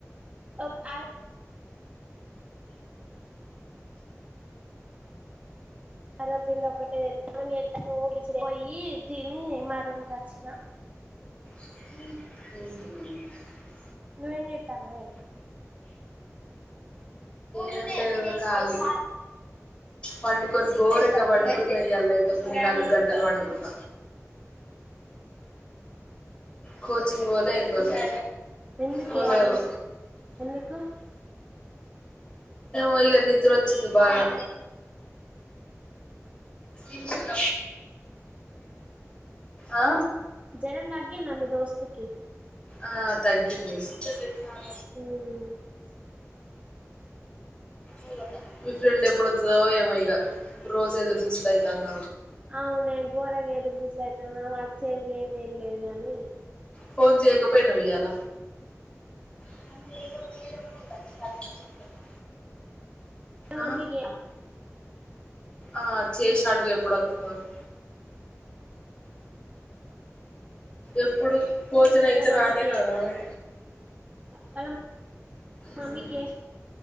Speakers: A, on the right; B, on the left.
A: <unintelligible> సర్వపిండి ఒకటే తెచ్చిన <unintelligible> పోయి తిని మ రూమ్ కి వచ్చిన
B: <unintelligible>
A: నువ్వేం చేస్తున్నావే
B: ఏం లేదు కాలి పండుకొని ఘోరంగా పండుకున్న ఈయల అయితే మూడు నాలుగు గంటలు అ పండుకున్న కోచింగ్ పోలే ఏం పోలె
A: ఎందుకే
B: పోలేదు
A: ఎందుకు
B: ఒ ఇగ నిద్ర వచ్చింది బాగా ఇంశల్ ఆ
A: జ్వరం తగ్గిందా మీ దోస్త్ కి
B: ఆ తగ్గింది నా చకాచ్చ
A: ఉమ్,
B: <unintelligible> మీ ఫ్రెండ్ ఎప్పుడు వస్తుందో ఏమో ఇగ రోజు ఎదురుచూసే అయితాంది
A: అవునా ఘోరంగా ఎదురు చూస్తూడు అయితాంది వచ్చేది లేదు ఏం లేదు కాని
B: ఫోన్ చేయకపోయినా ఈయ్యాల అే ఏడి ఉ
A: వాళ్ళ
B: ఆ
A: మమ్మీకి
B: ఆ చేసి అడుగు ఎప్పుడు వస్తుందో అని ఎప్పుడు భోజన అయితే
A: మమ్మ
B: రానే రాదామె
A: వాళ్ళ
B: మ్మ్
A: మమ్మీకి